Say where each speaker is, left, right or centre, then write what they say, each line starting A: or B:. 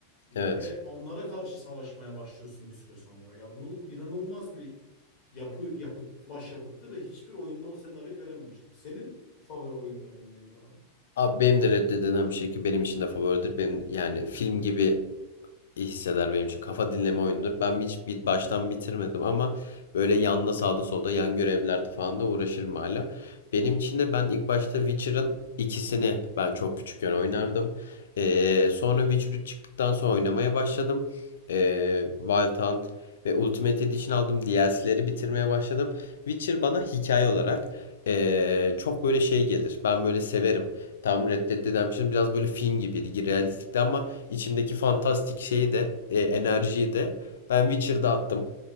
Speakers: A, on the left; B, on the left.
A: ve
B: Evet.
A: onlara karşı savaşmaya başlıyorsun bir süre sonra. Ya bu inanılmaz bir yapı yapıt başyapıttı ve hiçbir oyunda o senaryoyu görememiştim. Senin favori oyunların neydi abi?
B: Abi benim de Red Dead Redemption 2 benim için de favoridir. Benim yani film gibi iyi hisseder benim için. Kafa dinleme oyunudur. Ben hiç bir baştan bitirmedim ama böyle yanda sağda solda yan görevlerde falan da uğraşırım hala. Benim için de ben ilk başta Witcher'ın ikisini ben çok küçükken oynardım. Ee, sonra Witcher 3 çıktıktan sonra oynamaya başladım. Ee, Wild Hunt ve Ultimate Edition aldım. DLC'leri bitirmeye başladım. Witcher bana hikaye olarak ee, çok böyle şey gelir. Ben böyle severim. Tam Red Dead Redemption biraz böyle film gibiydi. Realistikti ama İçimdeki fantastik şeyi de e, enerjiyi de ben Witcher'da attım.